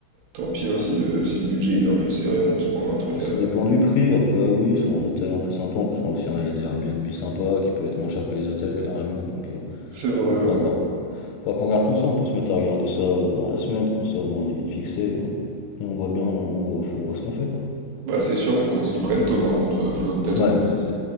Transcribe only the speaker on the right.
tant pis, hein, si le, si le budget il est un peu serré, on se prend un truc
à...
C'est vrai,
ouais.
Bah, c'est sûr, faut qu'on s'y prenne tôt, par contre. euh, Faut peut-être
on peut